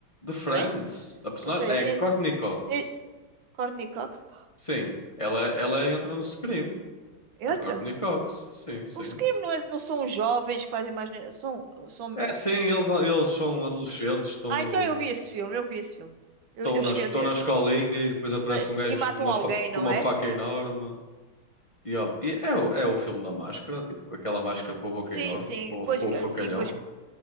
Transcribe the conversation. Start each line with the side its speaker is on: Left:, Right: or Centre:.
Right: De
Left: De Friends.
Right: Friends?
Left: A personagem
Right: Ou seja,
Left: é
Right: tens,
Left: Courtney Cox.
Right: tens Courtney Cox.
Left: Sim, ela, ela entra no Scream. A
Right: Outra?
Left: Courtney Cox. Sim, sim.
Right: Os crimes não, é- não são jovens que fazem mais. neira, São, são...
Left: É, sim, eles, eles são adolescentes, estão
Right: Ah,
Left: no,
Right: então eu vi esse filme, eu vi esse filme. Eu,
Left: estão
Right: eu
Left: na,
Right: cheguei
Left: estão
Right: a ver.
Left: na escolinha e depois aparece
Right: Eh,
Left: um gajo
Right: E matam
Left: com uma,
Right: alguém,
Left: fa-
Right: não
Left: com uma
Right: é?
Left: faca enorme. E, ó, e é, o- é o filme da máscara, tipo, com aquela máscara com a boca
Right: Sim,
Left: enorme,
Right: sim.
Left: com, o-
Right: Pois,
Left: com
Right: que-
Left: o facalhão.
Right: sim, pois. que-